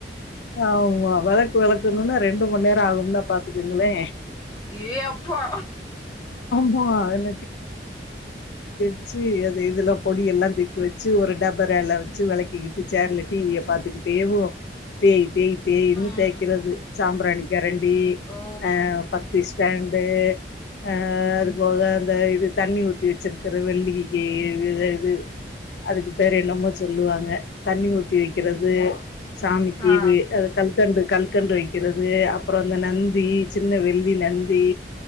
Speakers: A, on the left (about 75°); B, on the left (about 20°).
A: ஆமா வெளக்கு வெளக்கணுனா ரெண்டு மண் நேர ஆகும்னா பாத்துக்குங்களே
B: ஏ அப்பா
A: உ அ ச்சி அது இதலா பொடியெல்லா தூக்கி வச்சு ஒரு டபரால வச்சு வெளக்கிகிட்டு சேர்ல டிவிய பாத்துகிட் தேவோ தேய் தேய் தேய்ன்னு
B: ம்
A: தேய்க்கறது சாம்ராணி கெரண்டி
B: ஓ
A: அ பத்தி ஸ்டேண்ட் து அ அது போக அந் த இது தண்ணி ஊத்தி வச்சிருக்குற வெள்ளிக்கு இது அதுக்கு பேர் என்னமோ சொல்லுவாங்க தண்ணி ஊத்தி வக்கிறது சாமிக்கு
B: ஆ
A: வி அ கல்கண்டு கல்கண்டு வக்கிறது அப்ற அந்த நந்தி சின்ன வெள்ளி நந்தி